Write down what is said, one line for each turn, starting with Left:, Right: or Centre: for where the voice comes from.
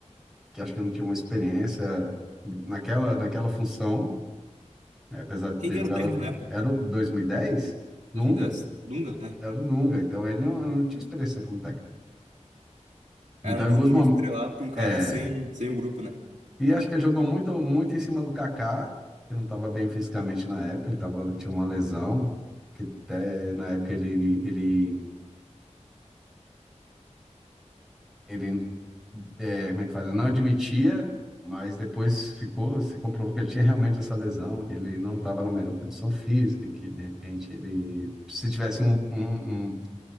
Centre: que acho que não tinha uma experiência naquela, naquela função. né? Apesar de
Right: Quem
Centre: ter
Right: que
Centre: jogado,
Right: era o técnico na época?
Centre: era o 2010, Dunga,
Right: 2010. Dunga, né?
Centre: era o Dunga, então ele não, não tinha experiência como técnico. Então,
Right: Era um
Centre: em
Right: grupo
Centre: alguns
Right: muito
Centre: momentos,
Right: estrelado pra um cara
Centre: é,
Right: sem, sem o grupo, né?
Centre: e acho que ele jogou muito, muito em cima do Kaká, que não estava bem fisicamente na época, ele tava, tinha uma lesão, que até na época ele, ele, ele, é, como é que fala? Ele não admitia, mas depois ficou, se comprovou que ele tinha realmente essa lesão, que ele não estava na melhor condição física, que de repente ele, se tivesse um, um, um